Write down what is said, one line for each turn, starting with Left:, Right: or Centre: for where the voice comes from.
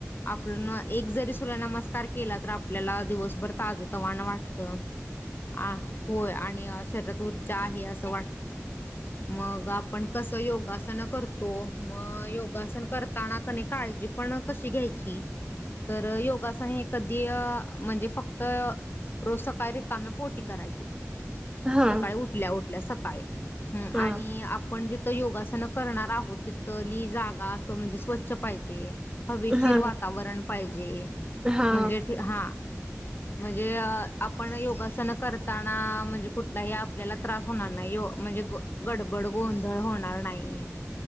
Left: आपण एक जरी सूर्यनमस्कार केला तर आपल्याला दिवसभर ताज तवाण वाटतं. आ होय आणि असं म आपण कस योगासन करतो <unintelligible> योगासन करताना क काळजी पण कशी घ्यायची तर योगासन हे कधी म्हणजे फक्त रोज सकाळी रीकामे पोटी करायची.
Right: हा
Left: सकाळी उठल्या उठल्या सकाळी हम्म आणि
Right: हा
Left: आपण जिथं योगासन करणार आहोत तिथ लि जागा असं म्हणजे स्वच्छ पाहिजे. हवेशीर
Right: हा
Left: वातावरण पाहिजे
Right: हा
Left: म्हणजे हा म्हणजे आपण योगासन करताना म्हणजे कुठ. हे आपल्याला त्रास होणार नाही यो म्हणजे गडबड गोंधळ होणार नाही.